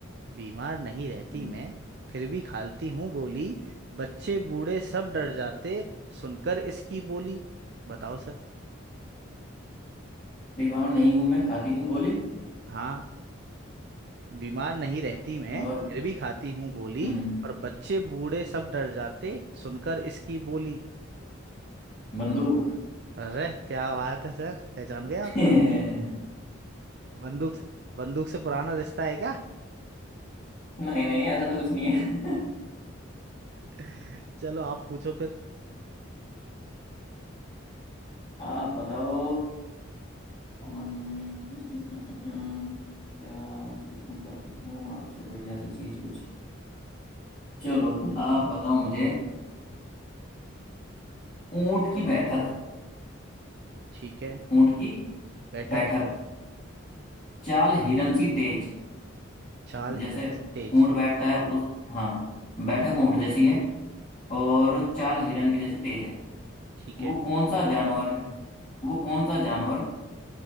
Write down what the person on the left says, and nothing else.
हम्म।
दीवार नहीं हूं मैं खाती हूँ गोली
और
हम्म
बंदूक
<laughs>
नहीं नहीं ऐसा तो कुछ नहीं है
आप बताओ हम्म, क्या पूछूं क्या पूछूं आपसे बढ़िया सी चीज कुछ चलो
आप
बताओ मुझे ऊंट की बैठक
ऊंट की
बैठक चाल हिरन सी तेज
जैसे
ऊंट बैठता है उस हाँ बैठक ऊंट जैसी है और चाल हिरन की जैसी तेज है
वो
कौन सा जानवर है वो कौन सा जानवर